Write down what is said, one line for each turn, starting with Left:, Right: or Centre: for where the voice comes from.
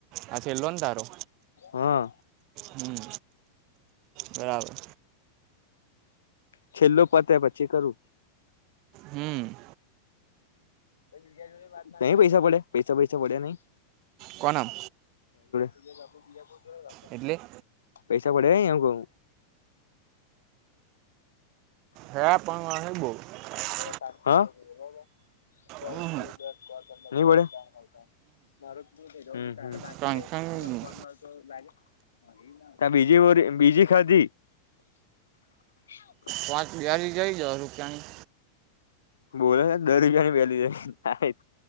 Right: આ છેલ્લો ને તારો
Left: હા
Right: હમ બરાબર
Left: છેલ્લો પતે પછી કરું
Right: હમ
Left: નહી પૈસા પડે પૈસા પૈસા પડ્યા નઈ
Right: કોના
Left: <inaudible>
Right: એટલે?
Left: પૈસા પડ્યા એવુ કહું
Right: <inaudible>
Left: હાં નહી
Right: હમ
Left: પડે હમ હમ
Right: ટેન્શન
Left: ત્યા
Right: જ નહીં
Left: બીજી વરી બીજી ખાધી
Right: વાચ દારી જઈ દહ રૂપિયાની
Left: બોલો ગરીબની પહેલી